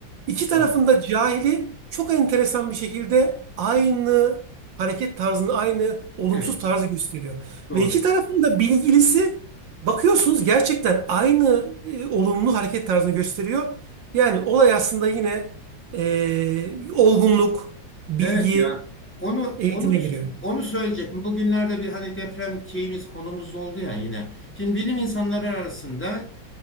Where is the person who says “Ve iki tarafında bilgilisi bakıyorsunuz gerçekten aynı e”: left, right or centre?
Right